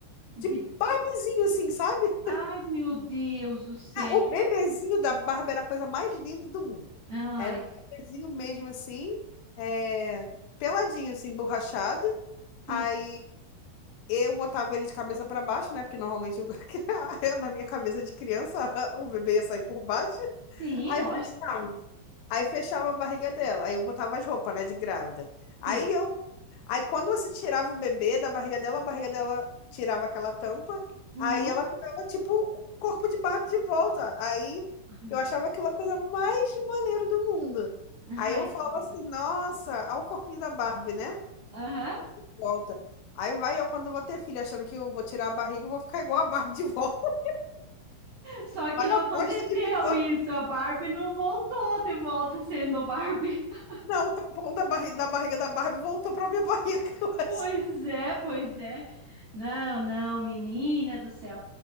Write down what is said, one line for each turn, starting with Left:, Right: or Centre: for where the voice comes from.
Right: De-
Left: de Barbiezinho, assim, sabe?
Right: Ai, meu Deus do céu.
Left: É, O bebezinho da Barbie era a coisa mais linda do mundo.
Right: Ai,
Left: Era um bebezinho mesmo, assim. é, Peladinho, assim, borrachado.
Right: sim,
Left: Aí eu botava ele de cabeça pra baixo, né? Porque normalmente eu- <laughs> eu, na minha cabeça de criança <laughs> o bebê ia sair por baixo.
Right: sim,
Left: Aí
Right: lógico.
Left: fechava. Aí fechava a barriga dela. Aí eu botava as roupas, né? De grávida. Aí
Right: Sim.
Left: eu Aí quando você tirava o bebê da barriga dela, a barriga dela tirava aquela tampa,
Right: Uhum.
Left: aí ela ficava tipo o corpo de Barbie de volta. Aí
Right: Ai, meu
Left: eu achava
Right: Deus.
Left: aquela coisa mais maneira do mundo.
Right: Ai,
Left: Aí eu
Right: que
Left: falava
Right: legal.
Left: assim, nossa, olha o corpinho da Barbie, né?
Right: Aham.
Left: Volta. Aí vai eu quando eu vou ter filho, achando que eu vou tirar a barriga e vou ficar igual a Barbie de volta. <laughs>
Right: Só que
Left: Olha
Right: não aconteceu
Left: a bosta que ficou.
Right: isso. A Barbie não voltou de volta sendo Barbie. <laughs>
Left: Não, o tampão da barriga da, barriga da Barbie voltou pra minha barriga, <laughs> eu acho.
Right: Pois é, pois é. Não, não, menina do céu.